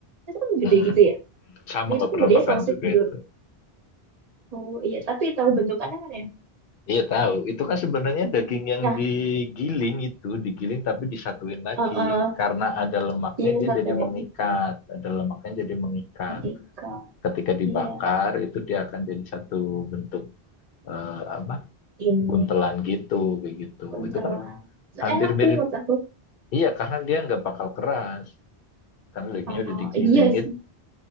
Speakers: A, on the right; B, on the left.
A: itu kan gede
B: Hmm,
A: gitu ya
B: sama nggak
A: itu kan
B: pernah
A: bedanya
B: makan
A: sausage
B: juga
A: gitu
B: itu.
A: oh iya tapi tahu bentukannya kan ya
B: Iya tahu, itu kan sebenarnya daging yang
A: nah
B: digiling itu, digiling tapi disatuin lagi.
A: eh, eh,
B: Karena ada lemaknya
A: iya
B: dia
A: sate
B: jadi mengikat,
A: betul
B: ada lemaknya jadi mengikat.
A: oke Kak.
B: Ketika dibakar
A: iya
B: itu dia akan jadi satu bentuk eh, apa?
A: ini
B: buntelan gitu, begitu.
A: buntelan
B: Itu kan hampir
A: enak
B: mirip.
A: sih menurut aku
B: Iya, karena dia nggak bakal keras. Karena dagingnya
A: Oh,
B: udah digiling.
A: iya sih
B: Itu